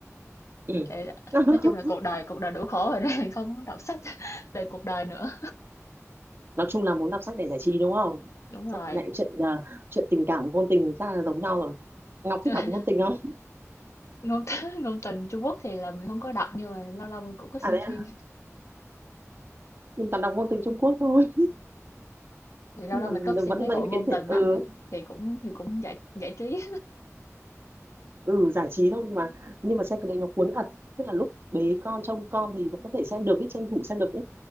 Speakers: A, on the right (about 45°); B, on the left (about 60°).
A: ừ
B: tại
A: <laughs>
B: nói chung là cuộc đời cuộc đời đủ khổ rồi nên <laughs> mình không muốn đọc sách <laughs> về cuộc đời nữa
A: nói chung là muốn đọc sách để giải trí đúng không
B: đúng rồi
A: sách này chuyện à, chuyện tình cảm ngôn tình ra là giống nhau rồi Ngọc
B: <laughs>
A: thích đọc ngôn tình không
B: ngôn <laughs> ngôn tình Trung Quốc thì là mình không có đọc nhưng mà lâu lâu mình cũng có xem
A: à đấy
B: phim
A: à, mình toàn đọc ngôn tình Trung Quốc thôi
B: thì lâu
A: nhưng
B: lâu
A: mà
B: mình có xem
A: vẫn
B: mấy
A: mấy
B: bộ ngôn
A: cái thể
B: tình
A: ừ
B: đó thì cũng thì cũng giải giải trí
A: ừ giải trí thôi nhưng mà nhưng mà xem cái đấy nó cuốn thật tức là lúc bế con trông con thì vẫn có thể xem được ý, tranh thủ xem được ý.